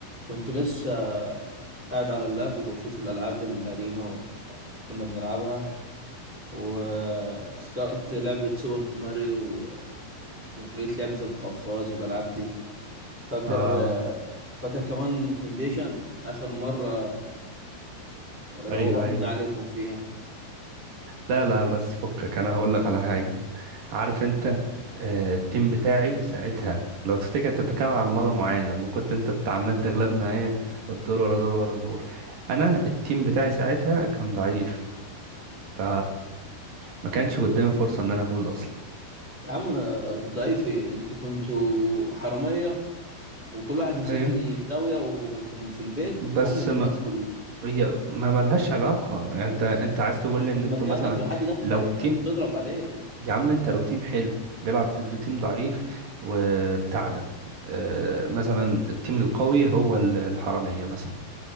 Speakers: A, in the centre; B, on the right.
A: كنت لسه قاعد على اللاب وبشوف الألعاب القديمة اللي كنا بنلعبها وافتكرت لعبة سوبر ماريو و- ولقيت لعبة القفاز والألعاب دي فاكر
B: اه
A: فاكر كمان كونديشن آخر مرة روقنا
B: ايوه ايوه
A: عليكم فيها
B: لا لا بس فكك انا هقول لك على حاجه عارف انت آه التيم بتاعي ساعتها لو تفتكر انت بتتكلم على المره معينه لما كنت انت بتعمل تغلبنا ايه الدور ورا دور ورا دور انا التيم بتاعي ساعتها كان ضعيف ف ما كانش قدامي فرصه ان انا افوز اصلا
A: يا عم ضيفي انتوا كنتوا حرامية وكل واحد مسك
B: ايوه
A: لي زاوية وفي في البيت
B: بس
A: واحنا اللي
B: ما
A: بندخل
B: هي ما ملهاش علاقه يعني انت انت عايز تقول
A: ما
B: لي
A: انت
B: ان
A: في
B: انتوا
A: مكانك
B: مثلا
A: لو حد دخل
B: لو
A: هت-
B: تيم
A: هتضرب عليه
B: يا عم انت لو تيم حلو بيلعب ضد تيم ضعيف وبتاع ده آه، مثلا التيم القوي هو ال- الحرامية مثلا